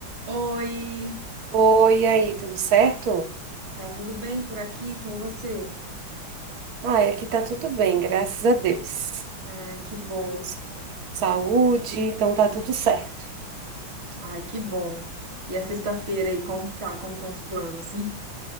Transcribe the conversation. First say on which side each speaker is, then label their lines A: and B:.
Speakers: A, on the right; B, on the right.
A: Oi,
B: Oi, e aí, tudo certo?
A: tá tudo bem por aqui com você?
B: Ai, aqui tá tudo bem, graças a Deus.
A: Ai, que bom.
B: Estamos com Saúde, então tá tudo certo.
A: Ai, que bom. E a sexta-feira aí, como que tá? Como estão os planos? <laughs>